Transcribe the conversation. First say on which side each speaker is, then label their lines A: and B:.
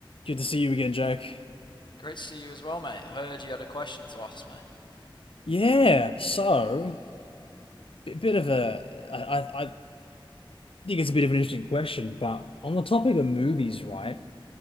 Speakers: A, on the left (about 85°); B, on the left (about 60°).
A: Good to see you again, Jake.
B: Great to see you as well, mate. I Heard you had a question to ask me.
A: Yeah, so a bit of a, I, I I think it's a bit of an interesting question, but on the topic of movies, right?